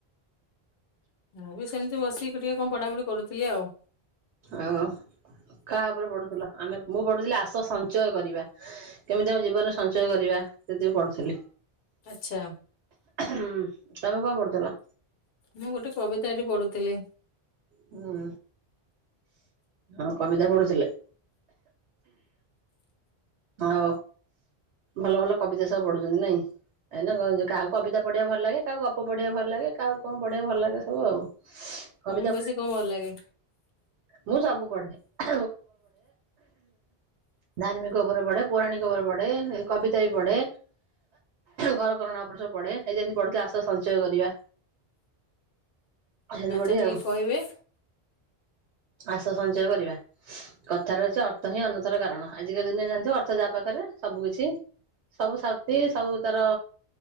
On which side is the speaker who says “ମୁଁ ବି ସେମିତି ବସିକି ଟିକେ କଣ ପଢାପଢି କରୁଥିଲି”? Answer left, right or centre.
Left